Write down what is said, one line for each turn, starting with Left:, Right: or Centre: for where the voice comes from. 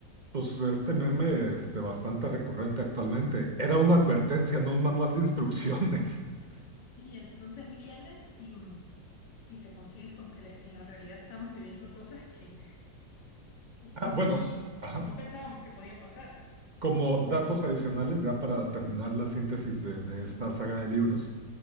Right: Pues este meme, este, bastante recurrente actualmente. Era una advertencia, no un manual de instrucciones. <laughs>
Left: Sí, entonces vienes y, y te consigues con que le- en la realidad estamos viviendo cosas que
Right: Ah,
Left: ni
Right: bueno, ajá.
Left: no pensábamos que podían pasar.
Right: Como datos adicionales, ya para terminar la síntesis de de esta saga de libros.